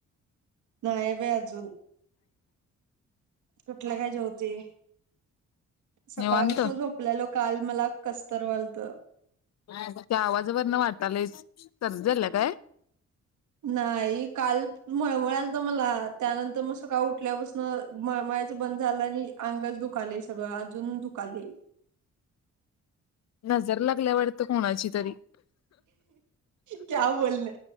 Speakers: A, on the right; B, on the left.
A: नाही बाई अजून कुठल काय जेवतोय सकाळपासून
B: निवांत
A: झोपल्यालो काल मला कसतर वालतं
B: त्या आवाजावरन वाटालंयच सर्दी आल्या काय
A: नाही काल मळमळत त मला त्यानंतर सकाळी उठल्यापासून मळमळायचं बंद झालं आणि अंगच दुखालय सगळं अजून दुखलंय
B: नजर लागल्या वाटतं कोणाची तरी
A: क्या बोलणे,